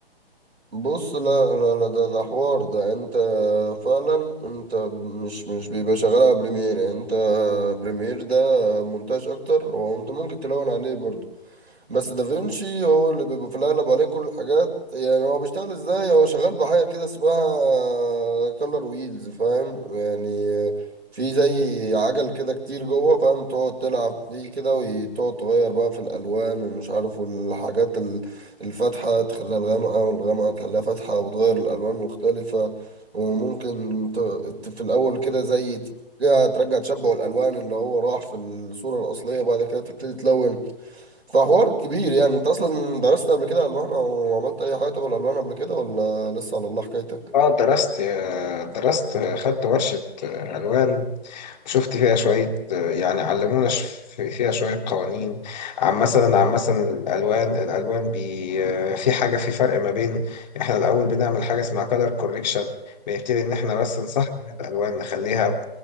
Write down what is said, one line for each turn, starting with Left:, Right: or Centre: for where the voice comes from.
Right: بص لا لا لا ده ده حوار ده انت فعلا انت مش مش بيبقى شغال على بريمير يعني انت بريمير ده مونتاج اكتر وانت ممكن تلون عليه برضه بس دافنشي هو اللي بيبقى في الأغلب عليه كل الحاجات يعني هو بيشتغل ازاي هو شغال بحاجة كده اسمها كولر ويلز فاهم يعني في زي عجل كده كتير جوه فاهم تقعد تلعب فيه كده وتقعد تغير بقى في الألوان ومش عارف والحاجات ال- الفاتحة تخليها الغامقة والغامقة تخليها فاتحة وتغير الألوان مختلفة وممكن ت- ت- في الأول كده زي ترجع ترجع تشبع الألوان اللي هو راح في الصورة الأصلية بعد كده تبتدي تلون فحوار كبير يعني انت اصلا درست قبل كده الوان او عملت اي حاجه تبع الالوان قبل كده ولا لسه على الله حكايتك
Left: اه درست درست خدت ورشة آه، ألوان شفت فيها شوية آه، يعني علمونا ش- فيها شوية قوانين عن مثلا عن مثلا الألوان الألوان بي آه، في حاجة في فرق ما بين احنا الأول بنعمل حاجة اسمها color correction بنبتدي إن احنا بس نصحح الألوان نخليها